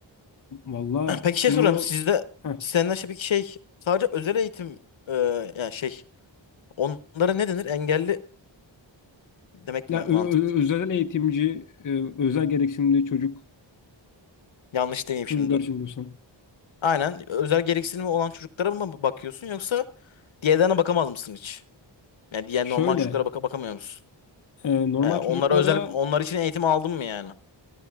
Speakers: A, on the left; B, on the left.
A: Valla
B: <clears throat> Peki
A: sizin
B: şey sorayım
A: o
B: Sizde
A: heh,
B: senden şey bir şey sadece özel eğitim e, yani şey onlara ne denir? Engelli demek
A: ya
B: mi
A: ö-
B: mantıklı?
A: ö- özel eğitimci, e, özel gereksinimli çocuk
B: Yanlış demeyeyim şimdi.
A: çocuklar için diyorsan.
B: Aynen. Özel gereksinimi olan çocuklara mı bakıyorsun yoksa diğerlerine bakamaz mısın hiç? Yani diğer
A: Şöyle,
B: normal çocuklara baka bakamıyor musun?
A: e, normal
B: Yani onlara
A: çocuklara
B: özel onlar için eğitim aldın mı yani?